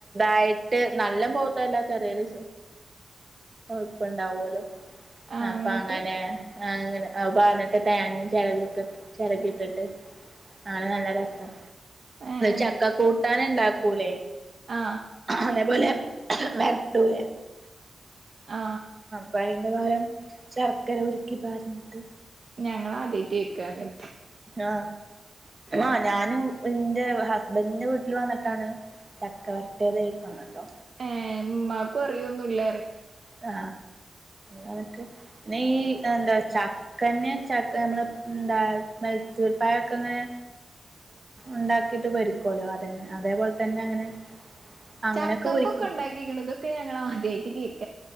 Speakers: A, on the right; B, on the right.
A: ആയിട്ട് നല്ല പവുത്തല്ല ചെറിയൊരു ഇപ്പ ഉണ്ടാവുമല്ലോ?
B: ആഹ്
A: അപ്പൊ
B: അങ്ങട്ട്
A: അങ്ങനെ? ആ അങ്ങനെ പറഞ്ഞിട്ട് തേങ്ങയും ചെരകികൊക്കെ ചിരക്കി ഇട്ടിട്ട് ആണ് നല്ല രസം.
B: ഏഹ്
A: ചക്ക കൂട്ടാൻഉണ്ടാ കൂലെ?
B: ആ
A: അതേപോലെ വരട്ടൂലേ?
B: ആ
A: അപ്പോൾ അയി റെ പകരം ശർക്കര ഉരുക്കി പാർന്ന്ട്ട്
B: ഞങ്ങള് ആദ്യട്ടെ കേക്ക അങ്ങന
A: ആ ആ ഞാനും എന്റെ ഹസ്ബൻഡിന്റെ വീട്ടിൽ വന്നിട്ടാണ് ചക്ക വര്ട്ടിയത് കഴിക്കുന്ന ട്ടോ
B: ഏ ഇമ്മാക്കും അറിയോന്നുല്ല
A: ആ തൊക്കെ പിന്നെ ഈ എന്താ ചക്കന്നെ ച നമ്മള് എന്താ മൈസൂർപ്പയൊക്കെ അങ്ങനെ ഉണ്ടാക്കിട്ട് പൊരിക്കൊല്ലോ അതന്നെ അതേപോലെ തന്നെ അങ്ങനെ അങ്ങനെയൊക്കെ
B: ചക്കപ്പൊക്കെ
A: പൊരിക്കും
B: ഉണ്ടാക്കിക്കിണ് ഇതൊക്കെ ഞങ്ങൾ ആദ്യയി ട്ട്